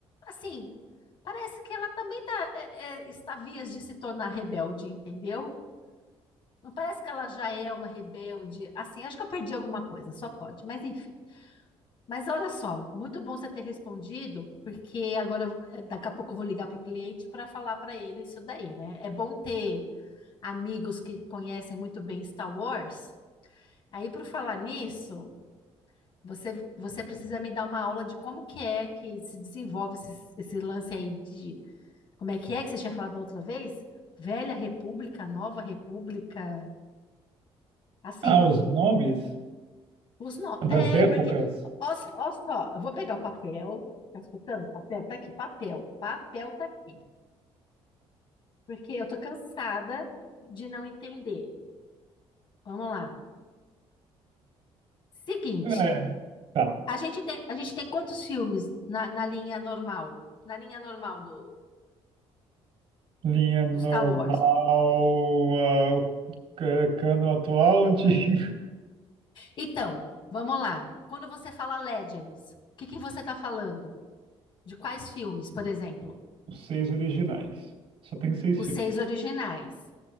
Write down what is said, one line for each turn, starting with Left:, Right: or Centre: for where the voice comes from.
Left: assim, parece que ela também tá, é, é, está vias de se tornar rebelde, entendeu? Não parece que ela já é uma rebelde? Assim, acho que eu perdi alguma coisa, só pode, mas enfim. Mas olha só, muito bom você ter respondido, porque agora eu- eh, daqui a pouco eu vou ligar para o cliente para falar para ele isso daí, né? É bom ter amigos que conhecem muito bem Star Wars. Aí, por falar nisso, você, você precisa me dar uma aula de como que é que se desenvolve esse, esse lance aí de como é que é que você tinha falado da outra vez? Velha República, Nova República, assim.
Right: Ah, os nomes
Left: Os nó.
Right: das
Left: É,
Right: épocas?
Left: porque, ó, ó só, eu vou pegar o papel. Tá escutando? Papel tá aqui, papel. Papel tá aqui. Porque eu tô cansada de não entender. Vamos lá. Seguinte,
Right: É, tá.
Left: a gente tem, a gente tem quantos filmes na, na linha normal? Na linha normal do,
Right: Linha normal,
Left: do Star Wars.
Right: ah, ca- cano atual, antigo.
Left: Então, vamos lá. Quando você fala Legends, o que que você tá falando? De quais filmes, por exemplo?
Right: <laughs> Os seis originais. Só tem seis
Left: Os
Right: filmes.
Left: seis originais.